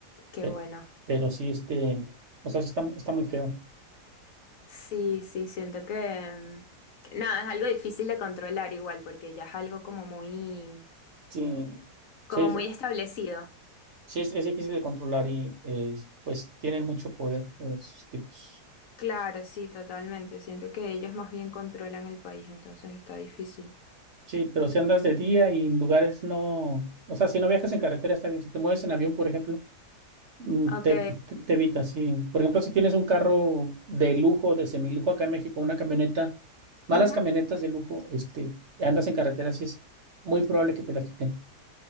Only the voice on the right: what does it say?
Pe-
Pero sí, este, o sea, sí está, está muy feo.
Sí,
sí, es,
sí es, es difícil de controlar y eh, pues tienen mucho poder eh, esos tipos.
Sí, pero si andas de día y en lugares no, o sea, si no viajas en carretera está bien. Si te mueves en avión, por ejemplo, mm,
te, te, te evitas, sí. Por ejemplo, si tienes un carro de lujo, de semilujo acá en México, una camioneta, malas
camionetas de lujo, este, andas en carretera, sí es muy probable que te la quiten.